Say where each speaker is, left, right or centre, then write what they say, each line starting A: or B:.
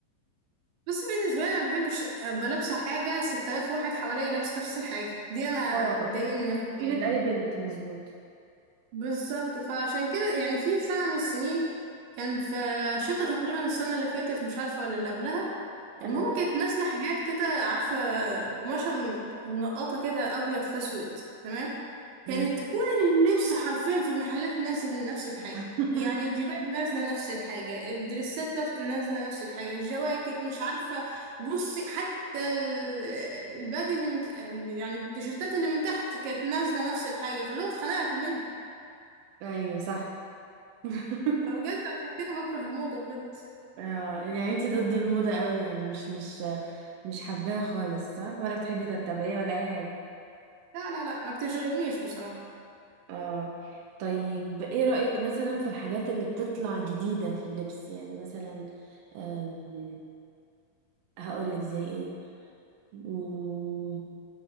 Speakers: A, on the right; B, on the right.
A: بس بالنسبه لي ما بحبش ابقى لابسه حاجه 6000 واحد حواليا لابس نفس الحاجه دي انا
B: اه
A: بتضايقني نفسيا
B: مشكلة
A: يعني
B: أي بنت مظبوط
A: بالظبط فعشان كده يعني في سنة من السنين كان في شتاء تقريبا السنة اللي فاتت مش عارفة ولا اللي قبلها
B: اه
A: المهم كانت نازلة حاجات كده عارفة قماشة منقطة كده أبيض في أسود تمام
B: ماشي
A: كانت كل اللبس حرفيا في المحلات نازل نفس الحاجة
B: <laughs>
A: يعني الجيبات نازلة نفس الحاجة الدريسات لف- نازلة نفس الحاجة الجواكت مش عارفة بصي حتى ال- البادي اللي من يعني التيشيرتات اللي من تحت كانت نازلة نفس الحاجة فاللي هو اتخنقت منه
B: ايوه صح <laughs>
A: فبجد عشان كده بكره الموضة بجد
B: آه، يعني انتي ضد الموضة قوي يعني مش مش مش حباها خالص صح ولا بتحبي تتبعيها ولا اي حاجة
A: لا لا لا ما بتشغلنيش بصراحة
B: اه طيب ايه رأيك مثلا في الحاجات اللي بتطلع جديدة في اللبس يعني مثلا أم... هقولك زي ايه مم،